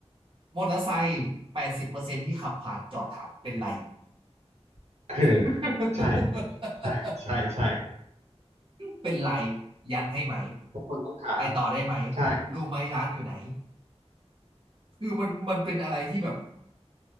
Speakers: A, on the right; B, on the right.
A: มอเตอร์ไซค์แปดสิบเปอร์เซ็นต์ที่ขับผ่านจอดถามเป็นไร
B: <coughs> เออ
A: <laughs>
B: ใช่ใช่ใช่ใช่
A: เป็นไรยันให้ไหม
B: ต้องถาม
A: ไปต่อได้ไหม
B: ใช่
A: รู้ไหมร้านอยู่ไหนคือมันมันเป็นอะไรที่แบบ